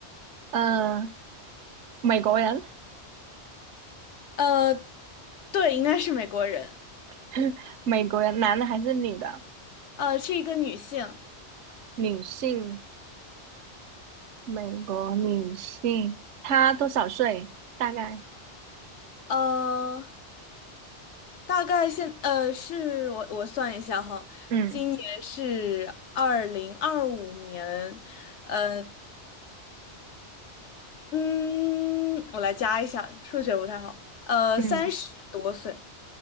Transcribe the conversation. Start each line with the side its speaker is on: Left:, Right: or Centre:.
Right: 呃，美国人，
Left: 呃，对，应该是美国人，
Right: <laughs> 美国人，男的还是女的？
Left: 呃，是一个女性，
Right: 女性，美国女性，她多少岁？大概，
Left: 呃，大概现，呃，是我我算一下哈，
Right: 嗯
Left: 今年是二零二五年，呃，嗯，我来加一下，数学不太好，呃，
Right: 嗯，
Left: 三十多岁，